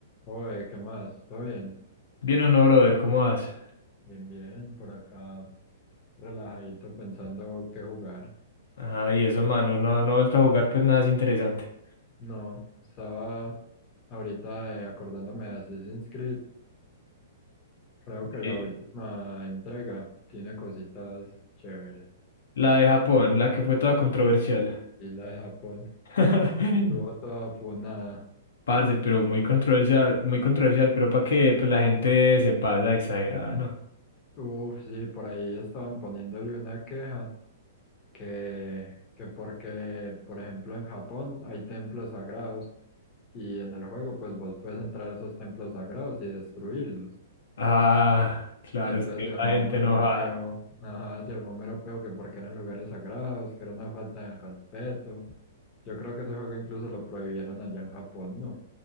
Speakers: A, on the left; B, on the left.
A: Oye, ¿qué más? ¿Todo bien?
B: Bien o no, brother, ¿cómo vas?
A: Bien, bien, por acá relajadito pensando qué jugar.
B: Ah, y eso, mano, no, no ha vuelto a jugar pues nada es interesante.
A: No, estaba ahorita eh, acordándome de Assassin's Creed. Creo que la
B: Eh,
A: última entrega tiene cositas chéveres.
B: la de Japón, la que fue toda controversial.
A: Y la de Japón
B: <laughs>
A: estuvo toda funada.
B: Parce, pero muy controversial, muy controversial, pero para que pues, la gente se pasa de exagerada, ¿no?
A: Uf, sí, por ahí estaban poniéndole una queja que, que porque, por ejemplo, en Japón hay templos sagrados y en el juego pues vos puedes entrar a esos templos sagrados y destruirlos.
B: Ah, claro,
A: Y entonces
B: salió
A: se armó
B: la gente
A: mero
B: enojada.
A: peo, ajá, se armó mero peo que porque eran lugares sagrados, que era una falta de respeto. Yo creo que ese juego incluso lo prohibieron allá en Japón, ¿no?